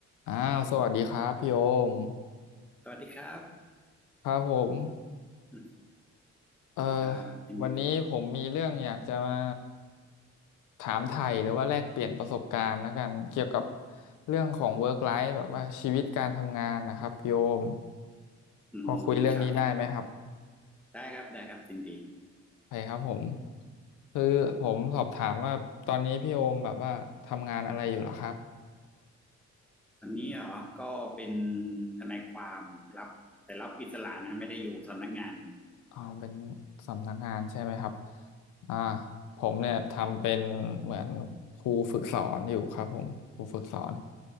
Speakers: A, on the left; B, in the centre.
A: อ้าวสวัสดีครับพี่โอม
B: สวัสดีครับ
A: ครับผม
B: อ
A: เอ่อ
B: ่าเป็นไง
A: วันนี้ผมมีเรื่องอยากจะมาถามไถ่หรือว่าแลกเปลี่ยนประสบการณ์แล้วกันเกี่ยวกับเรื่องของ work life แบบว่าชีวิตการทำงานนะครับพี่โอม
B: อืมครับ
A: พอคุยเรื่องนี้ได้ไหมครับ
B: ได้ครับ ได้ครับยินดี
A: ไปครับผมคือผมสอบถามว่าตอนนี้พี่โอมแบบว่าทำงานอะไรอยู่เหรอครับ
B: ตอนนี้เหรอก็เป็นทนายความรับ แต่รับอิสระนะไม่ได้อยู่สำนักงาน
A: อ๋อเป็นสำนักงานใช่ไหมครับอ่าผมเนี่ยทำเป็นเหมือนครูฝึกสอนอยู่ครับผมครูฝึกสอน